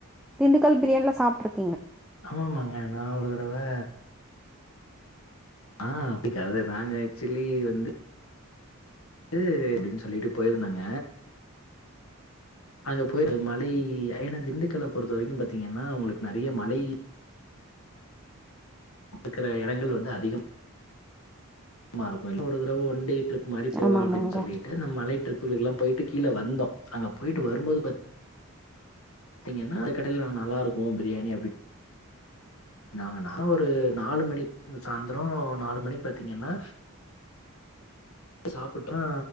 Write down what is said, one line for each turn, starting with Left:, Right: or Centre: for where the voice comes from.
Centre: திண்டுக்கல் பிரியாணிலாம் சாப்பிடட்டுரு
Left: ஆமாமாங்க நான் ஒரு தடவை ஆங் அப்படிக்கது நாங்க ச்சில்லி வந்து து அப்படின்னு சொல்லிட்டு போயிருந்தாங்க அங்க போயிரு மலை ஏன்னா திண்டுக்கலை பொறுத்த வரைக்கும் பாத்தீங்கன்னா அவங்களுக்கு நிறைய மலை நக்கிற இடங்கள் வந்து அதிகம் மார <unintelligible> ஒன் டே ட்ரிப் மாறி போலா
Centre: ஆமாமாங்க.
Left: அப்டின்னு சொல்லிட்டு நம் மலை ட்ரிப்புகளுக்குலா போயிட்டு கீழ வந்தோ அங்க போயிட்டு வரும்போது பத்தீங்கன்னா அது கடைல நல்லா இருக்கு பிரியாணி அப்டி நாங்கனா ஒரு நாலு மணி சாந்தரோ நாலு மணிக்கு பாத்தீங்கன்னா சாப்புட்டா